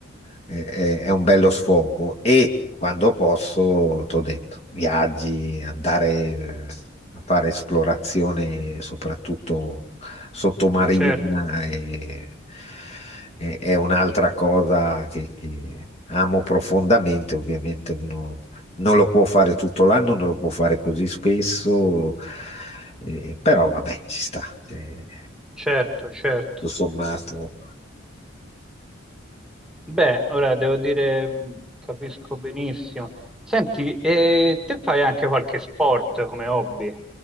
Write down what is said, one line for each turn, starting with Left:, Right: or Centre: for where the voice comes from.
Left: Eh, eh, È, un bello sfogo. E quando posso, t'ho detto, viaggi, andare eh, a fare esplorazione, soprattutto sottomarina,
Centre: Certo,
Left: e- e- è un'altra cosa che, che amo profondamente. Ovviamente uno non lo può fare tutto l'anno, non lo può fare così spesso, eh, però vabbè, ci sta, eh,
Centre: certo, certo.
Left: tutto sommato.
Centre: Beh, ora devo dire, mh, capisco benissimo. Senti, e te fai anche qualche sport come hobby?